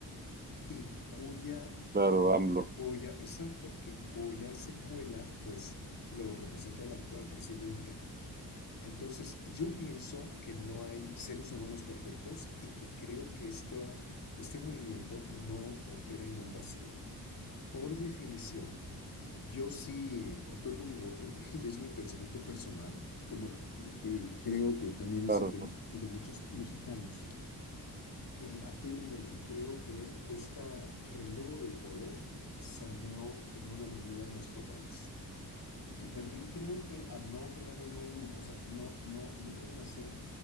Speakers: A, on the left; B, on the right.
A: y cuya,
B: Claro,
A: cuya,
B: AMLO.
A: cuya exacto, que cuya secuela pues lo representa la actual presidenta. Entonces, yo pienso que no hay seres humanos perfectos y que creo que esta, este movimiento no opera en un vacío. Por definición, yo sí otorgo mi voto <laughs> y es mi pensamiento personal, como el que creo que también es
B: Claro.
A: el de, el de muchos mexicanos, eh, aquel en el que creo que este relevo del poder saneó en una medida nuestro país. Y también creo que al no operar en un, o sea, no, no, no pueden hacer